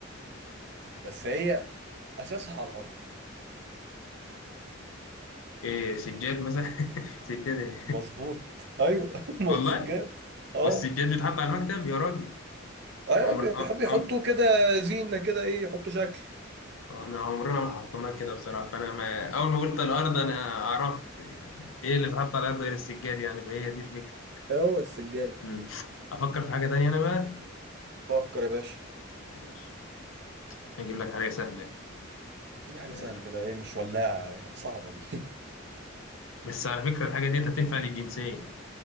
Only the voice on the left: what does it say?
ايه سجاد مثلا <laughs> سجادة
<laughs>
والله
والسجاد بيتحط على المكتب يا راجل
أنا عمر آه،
عم...
آه، انا عمرنا ما حطيناه كده بصراحه فانا ما... اول ما قلت الارض انا عرفت يعني ايه اللي بيتحط على الارض غير السجاد يعني فهي دي الفكره
مم. افكر في حاجه تانية انا بقى
ماشي هجيب لك حاجه سهله
آه،
بس على فكره الحاجه دي هتنفع للجنسين